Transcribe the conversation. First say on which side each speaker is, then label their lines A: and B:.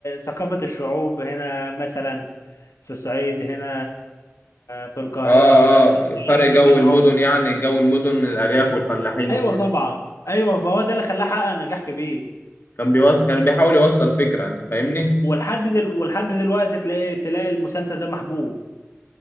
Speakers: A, on the left (about 90°); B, on the left (about 45°).
A: ثقافة الشعوب هنا مثلا في الصعيد هنا في القاهرة
B: اه اه
A: الاختلاف
B: فرق
A: ما
B: جو
A: بينهم
B: المدن يعني جو المدن من الارياف والفلاحين
A: ايوه
B: وكده
A: طبعا ايوه فهو ده اللي خلاه حقق نجاح كبير
B: كان بيوصل كان بيحاول يوصل فكره انت فاهمني
A: ولحد دل... ولحد دلوقتي تلاقي تلاقي المسلسل ده محبوب